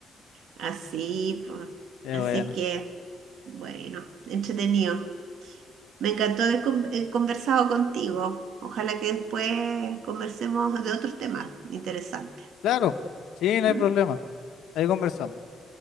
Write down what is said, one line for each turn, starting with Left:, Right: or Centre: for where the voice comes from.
Right: Así, po.
Left: Qué
Right: Así
Left: bueno.
Right: que, bueno, entretenido. Me encantó haber
Left: Ujú.
Right: con- eh, conversado contigo. Ojalá que después conversemos de otros temas interesantes.
Left: Claro, sí, no
Right: ¿m?
Left: hay problema. Ahí conversamos.